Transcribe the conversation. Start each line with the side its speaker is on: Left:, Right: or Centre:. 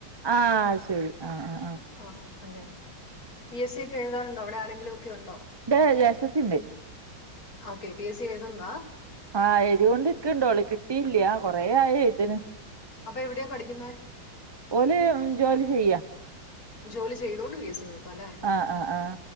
Right: ആ ശരി ആ ആ ആ
Left: ആ അങ്ങനെ പി എസ് സി ഒക്ക എഴുതാറുണ്ടോ അവടെ ആരെങ്കിലും ഒക്ക ഉണ്ടോ
Right: ഇന്റെ ജേഷ്ട്ടത്തി ഇണ്ട്
Left: ഓക്കെ പി എ സി എഴുതുണ്ടോ
Right: ആ എയ്തി കൊണ്ട് ഇര്ക്ക്ണ്ട് ഓള് കിട്ടീല്ല കൊറേ ആഴി എയ്ത്ണ്
Left: അപ്പ എവിടെയാ പഠിക്കുന്നെ
Right: ഓല് ഉം ജോലി ചെയ്യാ
Left: ജോലി ചെയ്തൊണ്ട് പി എ സി നോക്ക ലെ
Right: ആ ആ ആ